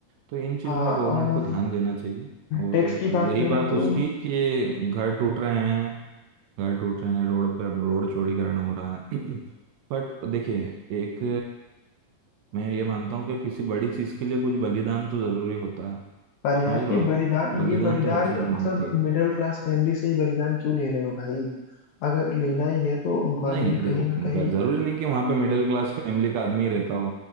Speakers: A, on the right; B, on the left.
A: तो इन चीज़ों
B: हाँ
A: में गवर्नमेंट
B: और
A: को ध्यान देना चाहिए और
B: टैक्स की बात
A: रही
B: करें
A: बात
B: तो
A: उसकी कि घर टूट रहे हैं घर टूट रहे हैं रोड पे रोड चौड़ीकरण हो रहा है <clears throat> बट देखिए एक मैं ये मानता हूँ कि किसी बड़ी चीज़ के लिए कुछ बलिदान तो ज़रूरी होता है
B: पर यार
A: समझ रहे हो
B: ये
A: आप
B: बलिदान
A: बलिदान
B: ये बलिदान
A: तो हर चीज़ मांगती
B: मतलब
A: है
B: मिडिल क्लास फैमिली से ही बलिदान क्यों ले रहे हो भाई अगर लेना ही है तो गवर्नमेंट
A: नहीं देखो
B: कहीं ना कहीं
A: ज़रूरी नहीं कि वहाँ पे मिडिल क्लास फैमिली का आदमी ही रहता हो